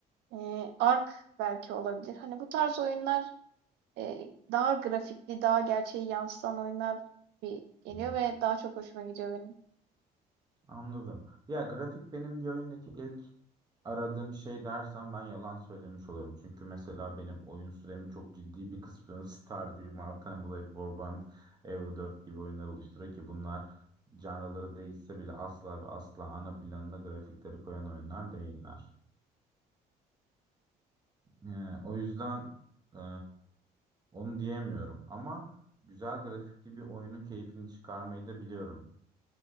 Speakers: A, on the right (about 85°); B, on the right (about 25°).
A: e, Ark belki olabilir. Hani bu tarz oyunlar e, daha grafikli, daha gerçeği yansıtan oyunlar bir geliyor
B: hı.
A: ve daha çok hoşuma gidiyor benim.
B: Anladım. Ya grafik benim bir oyundaki ilk aradığım şey dersem ben yalan söylemiş olurum. Çünkü mesela benim oyun süremin çok ciddi bir kısmını Stardew, Mount and <laughs> Blade, Warband, Evo 4 gibi oyunlar oluşturuyor ki bunlar canraları değişse bile asla ve asla ana planına grafikleri koyan oyunlar değiller. Ee, o yüzden e, onu diyemiyorum ama güzel grafikli bir oyunun keyfini çıkarmayı da biliyorum.